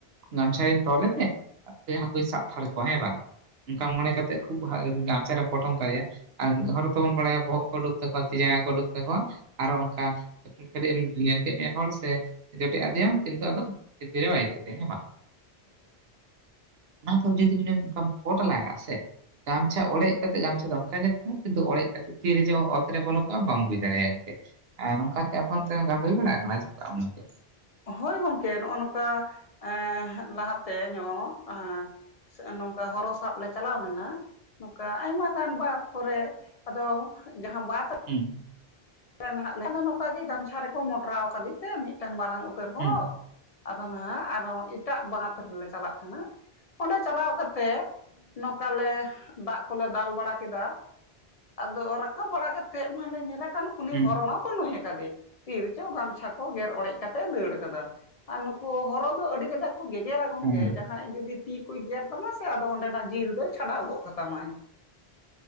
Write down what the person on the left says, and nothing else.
ᱦᱳᱭ ᱜᱚᱢᱠᱮ ᱱᱚᱜᱼᱚ ᱱᱚᱝᱠᱟ ᱮᱸ ᱞᱟᱦᱟᱛᱮ ᱧᱚᱜ <unintelligible> ᱱᱚᱝᱠᱟ ᱦᱚᱨᱚ ᱥᱟᱵ ᱞᱮ ᱪᱟᱞᱟᱣ ᱞᱮᱱᱟ ᱱᱚᱝᱠᱟ ᱟᱭᱢᱟ ᱜᱟᱱ ᱵᱟᱫ ᱠᱚᱨᱮ ᱟᱫᱚ ᱡᱟᱦᱟᱸ ᱵᱟᱫ
ᱱᱟᱦᱟᱜ ᱞᱮ ᱟᱫᱚ ᱱᱚᱝᱠᱟ ᱜᱮ ᱜᱟᱢᱪᱷᱟ ᱨᱮᱠᱚ ᱢᱚᱴᱨᱟᱣ ᱠᱟᱫᱮ ᱛᱮ ᱢᱤᱫᱴᱟᱝ ᱢᱟᱨᱟᱝ ᱩᱛᱟᱹᱨ ᱦᱚᱨᱚᱜ
ᱟᱫᱚ ᱱᱟᱦᱟᱜ ᱟᱨᱚ ᱮᱴᱟᱜ ᱵᱟᱸᱫᱷ ᱨᱮᱞᱮ ᱪᱟᱞᱟᱜ ᱠᱟᱱᱟ᱾ ᱚᱸᱰᱮ ᱪᱟᱞᱟᱣ ᱠᱟᱛᱮᱜ ᱱᱚᱝᱠᱟ ᱞᱮ ᱫᱟᱜ ᱠᱚᱞᱮ ᱫᱟᱞ ᱵᱟᱲᱟ ᱠᱮᱫᱟ᱾ ᱟᱫᱚ ᱨᱟᱠᱟᱵ ᱵᱟᱲᱟ ᱠᱟᱛᱮᱫ ᱢᱟᱞᱮ ᱧᱮᱞᱮ ᱠᱟᱱ ᱩᱱᱤ
ᱦᱚᱨᱚᱲᱟ᱾ ᱱᱩᱭ ᱟᱠᱟᱫᱮ ᱛᱤᱨ ᱪᱚ ᱜᱟᱢᱪᱷᱟ ᱠᱚ ᱜᱮᱨ ᱚᱲᱮᱡ ᱠᱟᱛᱮ ᱫᱟᱹᱲ ᱟᱠᱟᱫᱟ᱾ ᱟᱨ ᱱᱩᱠᱩ ᱦᱚᱨᱚ ᱫᱚ ᱟᱹᱰᱤ ᱠᱟᱡᱟᱠ ᱜᱮᱜᱨᱟ ᱜᱚᱝᱠᱮ
ᱡᱟᱦᱟᱸᱭ ᱡᱩᱫᱤ ᱛᱤ ᱠᱚᱭ ᱜᱮᱨ ᱛᱟᱢᱟ ᱥᱮ ᱟᱫᱚ ᱚᱸᱰᱮᱱᱟᱜ ᱡᱤᱞ ᱫᱚᱭ ᱪᱷᱟᱰᱟᱣ ᱜᱚᱫ ᱠᱟᱛᱟᱢᱟᱭ